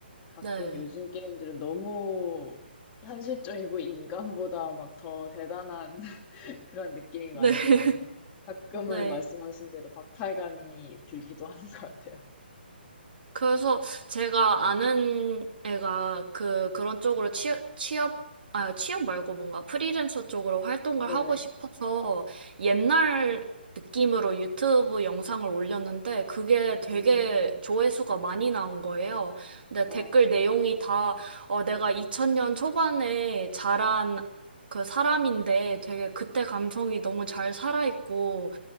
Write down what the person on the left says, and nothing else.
가끔
요즘 게임들은 너무 현실적이고 인간보다 막 더 대단한 <laughs> 그런 느낌이
많이
들어서 가끔은
말씀하신 대로 박탈감이 들기도 하는 것 같아요.
네.
음,
어,